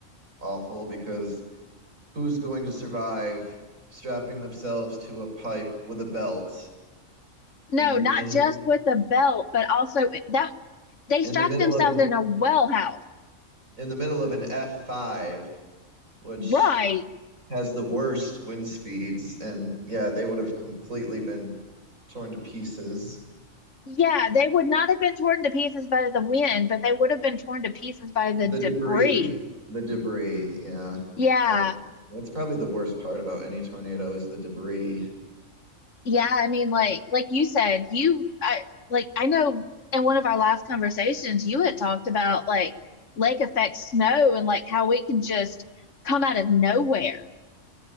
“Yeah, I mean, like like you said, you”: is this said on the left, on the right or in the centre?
Left